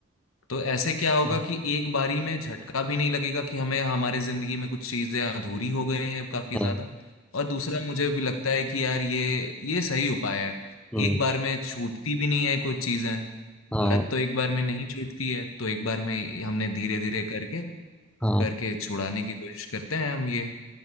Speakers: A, on the left; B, in the centre.
A: तो ऐसे क्या होगा
B: हम्म,
A: कि एक बारी में झटका भी नहीं लगेगा कि हमें हमारे जिंदगी में कुछ चीजें अधूरी हो गई हैं काफी
B: हाँ
A: ज्यादा और दूसरा मुझे भी लगता है कि यार ये ये सही उपाय है
B: हम्म,
A: एक बार में छूटती भी नहीं है कुछ चीजें
B: हाँ
A: लत तो एक बार में नहीं छूटती है तो एक बार में हमने धीरे धीरे करके
B: हाँ हाँ
A: करके छुड़ाने की कोशिश करते हैं हम ये